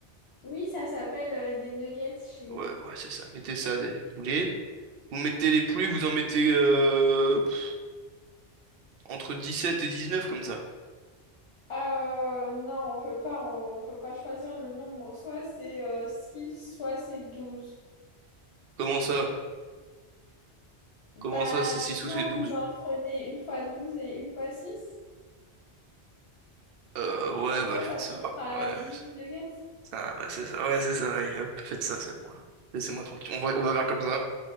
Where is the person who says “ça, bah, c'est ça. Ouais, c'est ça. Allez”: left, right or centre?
Right